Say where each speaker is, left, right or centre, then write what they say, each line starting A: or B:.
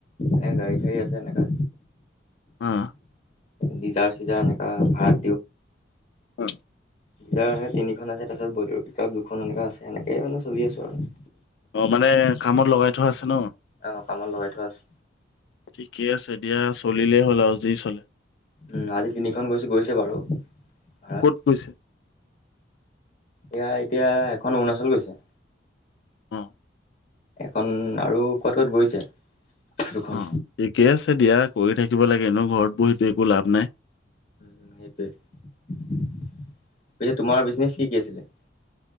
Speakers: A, on the left; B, on the left.
A: এনে গাড়ী চাড়ী আছে এনেকা।
B: অ',
A: দিজাৰ চিজা এনেকা ভাৰাত
B: হয়।
A: দিজাৰ হে তিনিখন আছে তাৰপিছত বলেৰ পিক আপ দুখন এনেকা আছে এনেকে মানে চলি আছো আৰু।
B: অ মানে কামত লগাই থোৱা আছে ন?
A: অ কামত লগাই থোৱা আছে।
B: ঠিকেই আছে দিয়া চলিলেই হ'ল আৰু যি চলে।
A: উম আজি তিনিখন গৈছো গৈছে বাৰু ভাড়াত।
B: ক'ত গৈছে?
A: এয়া এতিয়া এখন অৰুণাচল গৈছে।
B: অ।
A: এখন আৰু কত কত গৈছে। দুখন
B: অ ঠিকে আছে দিয়া কৰি থাকিব লাগে এনো ঘৰত বহিটো একো লাভ নাই।
A: উ সেইটোৱে পিছে তোমাৰ বিজনেচ কি কি আছিলে?